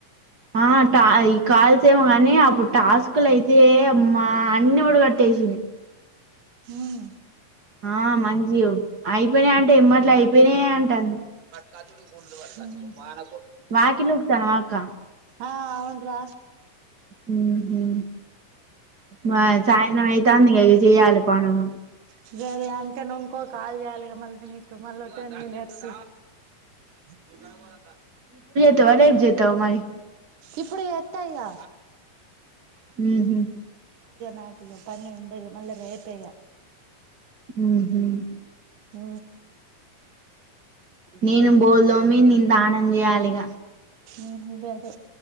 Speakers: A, on the right (about 40°); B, on the right (about 65°).
A: ఆ టా ఈ కాల్స్ ఏమో కగాని అప్పుడు టాస్కు లు అయితే అమ్మా అన్ని ఊడ కట్టేసిడు
B: హ్మ్మ్
A: ఆ మంజీ అయిపోయినా అంటే ఎమర్ అయిపోయినాయి అంటుండ్రు
B: కత్ కూ మాన
A: వాకిలి ఊడుస్తున్నావా అక్కా
B: ఆ అవునరా
A: హ మరి సాయ్రంత్రం అయితాంది గా అ చెయాలి పనులు
B: సరె అంతే నువ్వు కూడా కాల్ చేయాలిగా మళ్ళీ నీ మళ్లో టెన్ మనిట్స్ దకా కోదా
A: రి జత అ మరి
B: ఇప్పుడు ఎత్తాయ్యా
A: ఉహు
B: నాకు ఇక పని ఉండేది మళ్ళీ రేపేక
A: ఉహు
B: ఆ
A: నేను బోల్దు మీ ని దానం చేయాలిగా
B: ఉండ అదు